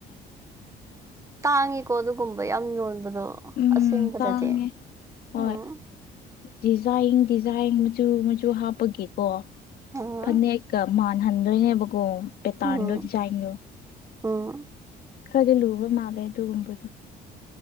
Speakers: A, on the right; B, on the left.
A: ꯇꯥꯡꯉꯤꯀꯣ ꯑꯗꯨꯒꯨꯝꯕ ꯌꯥꯝ ꯌꯣꯟꯕꯗꯣ
B: ꯎꯝ
A: ꯑꯁꯦꯡꯕꯗꯗꯤ
B: ꯇꯥꯡꯉꯦ ꯍꯣꯏ
A: ꯎꯝ
B: ꯗꯤꯖꯥꯏꯟ ꯗꯤꯖꯥꯏꯟ ꯃꯆꯨ ꯃꯆꯨ ꯍꯥꯞꯄꯒꯤꯀꯣ
A: ꯎꯝ
B: ꯐꯅꯦꯛꯀ ꯃꯥꯟ ꯍꯟꯗꯣꯏꯅꯦꯕꯀꯣ ꯄꯦꯇꯥꯟꯗꯣ
A: ꯎꯝ
B: ꯗꯤꯖꯥꯏꯟꯗꯣ
A: ꯎꯝ
B: ꯈꯥꯔꯗꯤ ꯂꯨꯕ ꯃꯥꯜꯂꯦ ꯑꯗꯨꯒꯨꯝꯕꯗꯣ